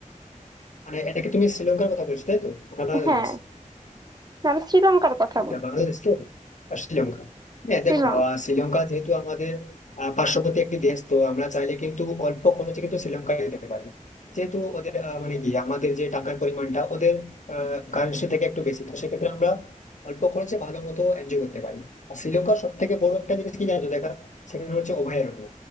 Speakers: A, on the left; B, on the right.
A: মানে এটা কি তুমি শ্রীলঙ্কার কথা বলছো তাই তো না বাংলাদেশ
B: হ্যাঁ আমি শ্রীলঙ্কার কথা
A: কোনটা
B: বলছি
A: বাংলাদেশ তো আর শ্রীলঙ্কা হ্যাঁ
B: শ্রীলঙ্কা
A: দেখো আহ, শ্রীলঙ্কা যেহেতু আমাদের আহ, পার্শ্ববর্তী একটি দেশ তো আমরা চাইলে কিন্তু অল্প খরচে কিন্তু শ্রীলঙ্কা যেতে পারি যেহেতু ওদের আহ, মানে কি আমাদের যে টাকার পরিমাণটা ওদের কারেন্সি থেকে একটু বেশি তো সেক্ষেত্রে আমরা অল্প খরচে ভালো মতো এনজয় করতে পারি আর শ্রীলঙ্কার সব থেকে বড় একটা জিনিস কি জানো দেখা সেখানে হচ্ছে অভয়ারণ্য